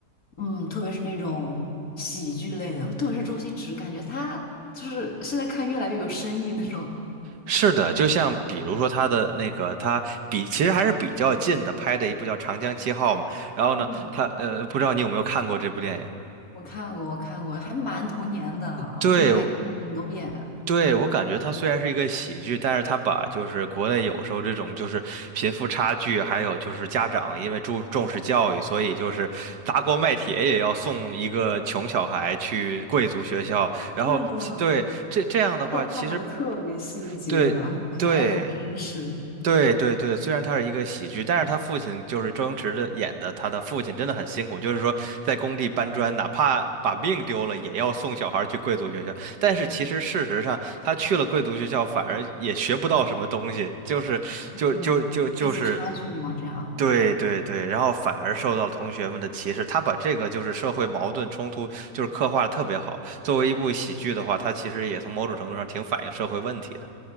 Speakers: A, on the left; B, on the right.
A: 嗯，特别是那种喜剧类的，特别是周星驰，感觉他就是现在看越来越有深意那种。
B: 是的，就像比如说他的那个，他比其实还是比较近的拍的一部叫《长江七号》嘛。然后呢，
A: 嗯，
B: 他呃，不知道你有没有看过这部电影？
A: 我看过，我看过，还蛮童年的，
B: 对，
A: 我真的还看过很多遍。
B: 对，我感觉它虽然是一个喜剧，但是它把就是国内有时候这种就是贫富差距，还有就是家长因为注重视教育，所以就是砸锅卖铁也要送一个穷小孩去贵族学校，然后其对这这样的话，
A: 是的，刻画的特别细节，
B: 其实对对。
A: 然后大家很真实。
B: 对对对，虽然它是一个喜剧，但是他父亲就是周星驰的演的，他的父亲真的很辛苦，就是说在工地搬砖，哪怕把命丢了，也要送小孩儿去贵族学校。但是其实事实上，他去了贵族学校，反而也学不到什么东西，就是就就就就是
A: 对，阶级差距嘛，这样。
B: 对对对，然后反而受到同学们的歧视。他把这个就是社会矛盾冲突，就是刻画的特别好。作为一部喜剧的话，他其实也从某种程度上挺反映社会问题的。